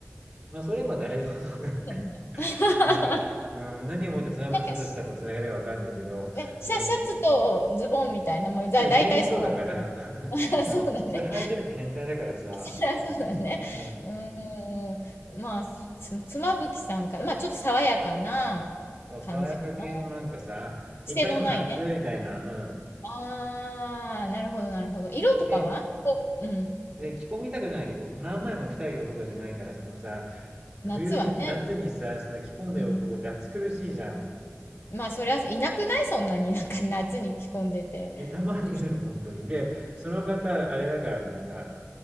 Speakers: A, on the right; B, on the left.
A: まあ、それは誰でもそうだよね。
B: でもね。
A: <laughs>
B: <laughs> な
A: なんか、うん、何をもって妻夫木聡さんと繋げたかわかんないけど、
B: んかし、ね、シャシャツとズボンみたいな、
A: うん、
B: まあ、だ、
A: それ全員そうだから
B: 大体そうなんだけど。
A: <laughs>
B: <laughs>
A: うん、
B: そうだね。
A: それ履いてると変態だからさ、
B: <laughs> そりゃそうだね。
A: うん、うん、
B: うーん。まあ、つ、妻夫木さんか。まあ、ちょっと爽やかな感じかな。
A: そう爽やか系のなんかさ、いかにも夏みたいな、
B: 癖のないね。
A: うん。
B: ああ、なるほど、なるほど。色とかはこう、
A: で、
B: うん。
A: で、着込みたくないけ。ど、何枚も着たい男じゃないから、そのさ、冬に、
B: 夏はね。
A: 夏にさ、そんな着込んでる男って暑苦しいじゃん。
B: うん。まあ、そりゃ、いなくないそんなになんか夏に着込んでて。
A: で、たまにいるの、
B: ってじ、
A: 本当に。で、その方、あれだからね、なんか、